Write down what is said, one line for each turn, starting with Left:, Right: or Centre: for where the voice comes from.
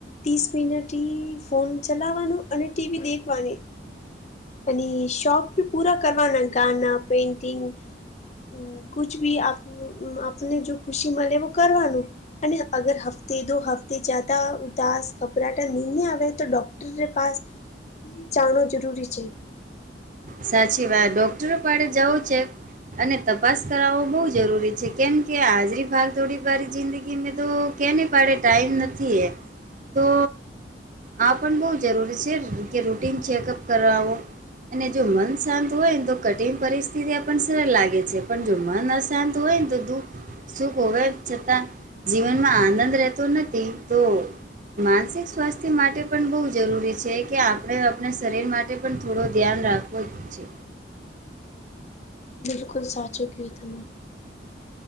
Left: તીસ મિનટ હી ફોન ચલાવાનું અને ટીવી દેખવાની અને શોખ ભી પુરા કરવાના ગાના પેન્ટિંગ હમ્મ, કુછ બી આપનો આપને જો ખુશી મલે વો કરવાનું અને અગર હફ્તે દો હફ્તે જ્યાદા ઉદાસ ઘપરાટા નહિ આવે તો ડોક ટર પાસ જાણો જરૂરી છે.
Right: સાચી વાત ડોક્ટરો પાડે જવું છે અને તપાસ કરાવો બહુ જરૂરી છે કેમ કે આજની ભાગદોડ વારી જિંદગીમે તો કેની પાડે ટાઈમ નથી એ તો આ પણ બહુ જરૂરી છે કે રૂટીન ચેકઅપ કરાવો અને જો મન શાંત હોયન તો કઠિન પરિસ્થિતિ આપણ સરળ લાગે છે પણ જો મન અશાંત હોય ને તો દુઃખ સુખ હોવા છતાં જીવનમાં આનંદ રહેતો નથી તો માનસિક સ્વાસ્થ્ય માટે પણ બહુ જરૂરી છે કે આપણે આપણા શરીર માટે પણ થોડું ધ્યાન રાખ વુ જ છે.
Left: બિલકુલ સાચું કીધું